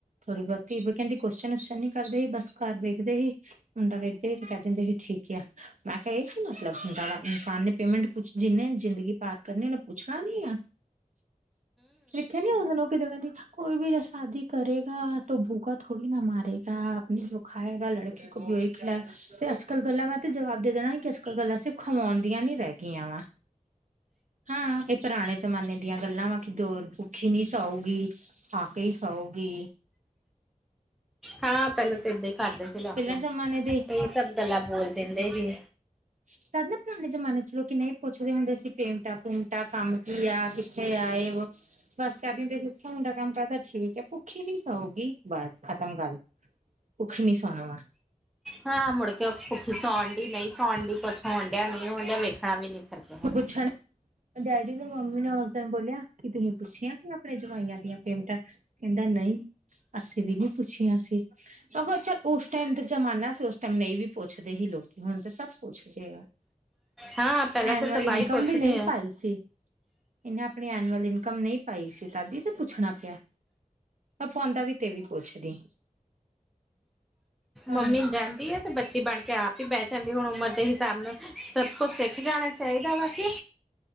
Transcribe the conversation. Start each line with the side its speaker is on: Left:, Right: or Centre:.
Right: ਥੋੜ੍ਹੀ ਬੋਹਤ- ਤੀਬ ਕਹਿੰਦੀ ਕੁਸ਼ਚਨ ਵਿਸ਼ਚਨ ਨੀ ਕਰਦੇ ਸੀ। ਬਸ ਘਰ ਵੇਖਦੇ ਹੀ। ਮੁੰਡਾ ਵੇਖਦੇ ਹੀ। ਤੇ ਕਹਿ ਦਿੰਦੇ ਹੀ ਮੁੰਡਾ ਠੀਕ ਯਾ। ਮੈਂ ਕਿਹਾ! ਇਹ ਕੀ ਮਤਲਬ ਹੁੰਦਾ ਵਾ ਇਨਸਾਨ ਨੇ ਪੇਮੈਂਟ ਪੁਛ ਜਿੰਨੇ ਜ਼ਿੰਦਗੀ ਪਾਰ ਕਰਨੀ ਉਹਨੇ ਪੁੱਛਣਾ ਨੀ ਆ। ਦੇਖਿਆ ਨੀ ਉਸਨੂੰ ਉਹ ਕਿਦਾ ਕਹਿੰਦੀ। ਕੋਈ ਵੀਰਾ ਸ਼ਾਦੀ ਕਰੇਗਾ ਤੋ ਭੂਖਾ ਥੋੜੀ ਨਾ ਮਾਰੇਗਾ। ਆਪ ਨੇ ਜੋ ਖਾਏਗਾ ਲੜਕੀ ਕੋ ਬੀ ਖਿਲਾਏ ਗਾ। ਤੇ ਅੱਜ-ਕੱਲ ਗੱਲਾਂ, ਮੈਂ ਤੇ ਜਵਾਬ ਦੇ ਦੇਣਾ ਕਿ ਅੱਜਕਲ ਗੱਲਾਂ ਸਿਰਫ਼ ਖਮਾਉਣਦੀਆਂ ਨੀ ਰੈਹ ਗਈਆਂ ਵਾ। ਹਾਂ। ਇਹ ਪੁਰਾਣੇ ਜਮਾਨੇ ਦੀਆਂ ਗੱਲਾਂ ਵਾ, ਕੀ ਦ ਭੁੱਖੀ ਨਹੀਂ ਸਊਗੀ! ਖਾ ਕੇ ੲ ਸਊਗੀ।
Centre: ਹਾਂ। ਪਹਿਲਾਂ ਤਾਂ ਏਦਾਂ ਹੀ ਕਰਦੇ ਸੀ ਲੋਕੀ
Right: ਪਹਿਲਾਂ
Centre: ਇਹੀ
Right: ਜਮਾਨੇ
Centre: ਸਭ ਗੱਲਾਂ ਬੋਲ ਦਿੰਦੇ ਸੀ।
Right: ਹ।। <inaudible> ਤ ਨਾ ਪੁਰਾਣੇ ਜਮਾਨੇ ਚ ਲੋਕੀ ਨਹੀਂ ਪੁੱਛਦੇ ਹੁੰਦੇ ਸੀ। ਪੇਮਟਾ ਪੂਮਟਾ, ਕੰਮ ਕੀ ਆ, ਕਿੱਥੇ ਆ, ਇਹ ਵ ਬਸ ਚ ਦੇ <unintelligible> ਮੁੰਡਾ ਕੰਮ ਕਰਦਾ ਦਾ? ਠੀਕ ਹੈ। ਭੁੱਖੀ ਨੀ ਸਊਗੀ। ਬਸ ਖਤਮ ਗੱਲ। ਭੂਖੀ ਨੀ ਸੋਵਣਾ ਵਾ।
Centre: ਹਾਂ। ਮੁੜਕੇ ਭੁੱਖੀ ਸੌਉਣ ਡ, ਨਹੀਂ ਸੌਉਣ ਡ ਕੁਛ ਹੋਣ ਡਿਆ ਨਹੀਂ ਹੋਣ ਡਿਆ। ਵੇਖਣਾ ਵੀ ਨੀ। ਫਿਰ ਕਿਸੇ ਨੇ।
Right: ਪੁੱਛਣਾ। ਡੈਡੀ ਮੰਮੀ ਨੇ ਉਸ ਦਿਨ ਬੋਲਿਆ। ਕਿ ਤੁਸੀਂ ਪੁੱਛਿਆ ਹੀ ਆਪਣੇ ਜਵਾਈਆਂ ਦੀਆਂ ਪੇਮਟਾਂ, ਕਹਿੰਦਾ ਨਹੀਂ! ਅਸੀਂ ਵੀ ਨਹੀਂ ਪੁੱਛੀਆਂ ਸੀ। ਮਗ ਚੱਲ ਉਸ ਟਾਈਮ ਦਾ ਜ਼ਮਾਨਾ ਸੀ। ਉਸ ਟਾਈਮ ਨਹੀਂ ਵੀ ਪੁੱਛਦੇ ਹੀ ਲੋਕੀ। ਹੁਣ ਤੇ ਸਭ ਪੁੱਛਦੇ ਆ।
Centre: ਹਾਂ, ਪਹਿਲਾਂ ਤਾਂ
Right: ਨਾਲ
Centre: ਸਭ
Right: ਇਨਕਮ
Centre: ਆਹੀ ਪੁੱਛਦੇ
Right: ਵੀ ਨਹੀਂ
Centre: ਆ।
Right: ਪਾਈ। ਸੀ ਇਹਨੇ ਆਪਣੀ ਐਨੂਅਲ ਇਨਕਮ ਨਹੀਂ ਪਾਈ ਸੀ ਤਦੀ ਤੇ ਪੁੱਛਣਾ ਪਿਆ। ਪਾਉਂਦਾ ਵੀ, ਤੇ ਵੀ ਪੁੱਛਦੀ। ਹਾਂ
Centre: ਮੰਮੀ ਜਾਂਦੀ ਹੈ ਤੇ ਬੱਚੀ ਬਣ ਕੇ ਆ ਬੈਹ ਜਾਂਦੀ। ਹੁਣ ਉਮਰ ਦੇ ਹਿਸਾਬ ਨਾਲ ਸਭ ਕੁਛ ਸਿੱਖ ਜਾਣਾ ਚਾਹੀਦਾ ਵਾ। ਕਿ